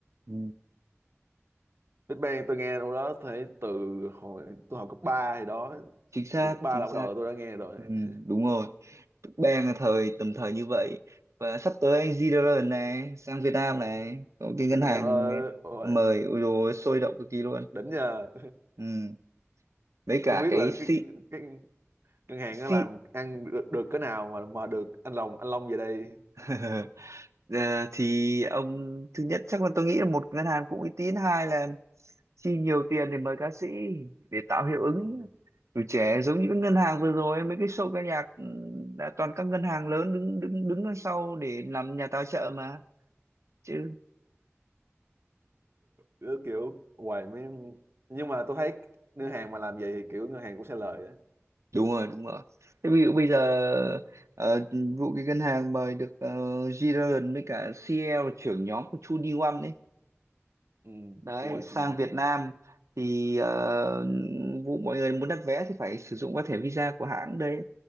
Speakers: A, on the right (about 80°); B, on the right (about 55°).
A: ừ,
B: Big Bang tôi nghe đâu đó thấy từ hồi tôi học cấp 3 thì đó
A: chính xác
B: từ cấp 3
A: chính
B: là
A: xác
B: bắt đầu tôi đã nghe rồi
A: ừ,
B: <laughs>
A: đúng rồi Big Bang là thời tầm thời như vậy và sắp tới anh G-Dragon này sang Việt Nam này có cái ngân
B: Việt Nam
A: hàng
B: ơi ôi
A: mời ôi dồi ôi, sôi động cực kỳ luôn
B: đỉnh nha
A: ừ. với
B: không
A: cả
B: biết
A: cái
B: là
A: C
B: cái cái cái ngân hàng
A: C
B: nó làm ăn được, được cái nào mà mà được anh Long anh Long về đây
A: <laughs> Ờ, thì ông thứ nhất chắc là tôi nghĩ là một ngân hàng cũng uy tín hai là chi nhiều tiền để mời ca sĩ để tạo hiệu ứng
B: ừ.
A: tuổi trẻ giống như các ngân hàng vừa rồi mấy cái show ca nhạc ừ, là toàn các ngân hàng lớn đứng đứng đứng đằng sau để làm nhà tài trợ mà chứ
B: cứ kiểu hoài mới nhưng mà tôi thấy ngân hàng mà làm vậy thì kiểu ngân hàng cũng sẽ lời đó
A: đúng rồi đúng rồi thế ví dụ bây giờ ờ, vụ cái ngân hàng mời được uh, G-Dragon với cả CL trưởng nhóm của 2NE1
B: ừ.
A: đấy
B: hoài
A: sang
B: 21
A: Việt Nam thì ờ, vụ mọi người muốn đặt vé thì phải sử dụng qua thẻ visa của hãng đấy